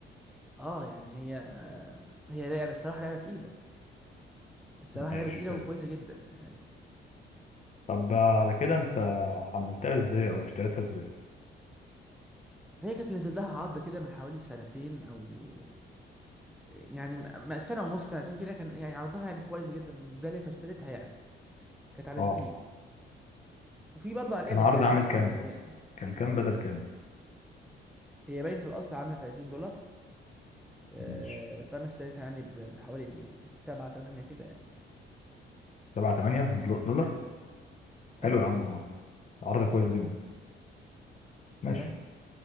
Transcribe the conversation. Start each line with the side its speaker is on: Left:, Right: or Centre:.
Centre: اه يعني هي هي لعبه الصراحه لعبه تقيله الصراحه
Left: ماشي
Centre: لعبه تقيله
Left: حلو
Centre: وكويسه جدا يعني
Left: طب آه، على كده انت حملتها ازاي او اشتريتها ازاي
Centre: هي كانت نزل لها عرض كده من حوالي سنتين او يعني م- م- سنه ونص سنتين كده كان يعني عرضها يعني كويس جدا بالنسبه لي فاشتريتها يعني كانت على
Left: اه
Centre: ستيم وفي برضه على ايبك
Left: كان عرض
Centre: يعني
Left: عامل
Centre: على
Left: كام
Centre: حسب يعني
Left: كان كام بدل كام
Centre: هي باين في الاصل عامله 30 دولار آه،
Left: ماشي
Centre: فانا اشتريتها يعني ب- بحوالي 7 8 كده يعني
Left: 7 8 دولار
Centre: مم. ايوه
Left: حلو يا عم والله عرض كويس جدا ماشي
Centre: انا فاهم